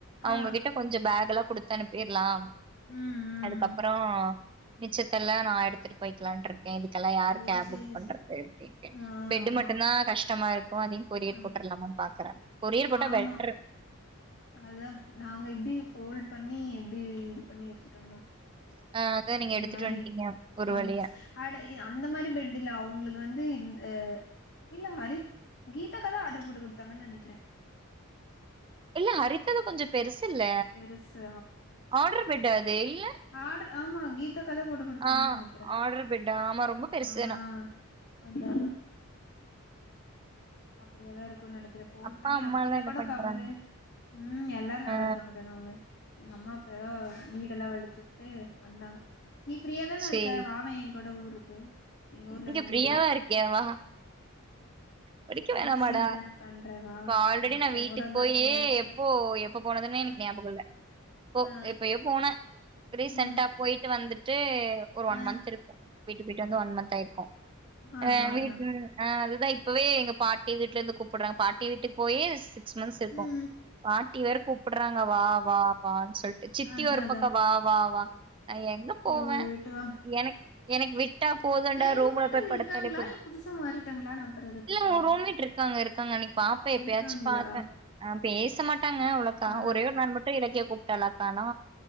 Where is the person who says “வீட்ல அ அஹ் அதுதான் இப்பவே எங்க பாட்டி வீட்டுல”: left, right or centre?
Right